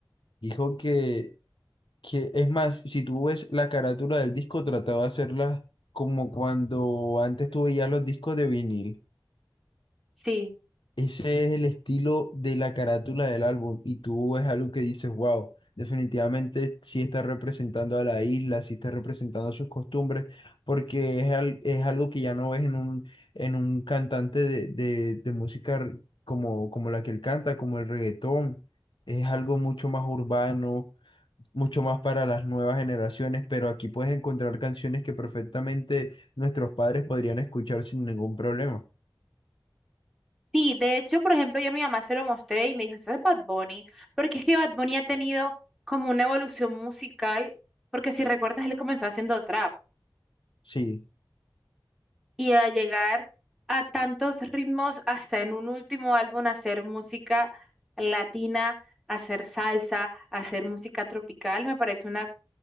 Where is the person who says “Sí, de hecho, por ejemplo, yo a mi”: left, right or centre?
Centre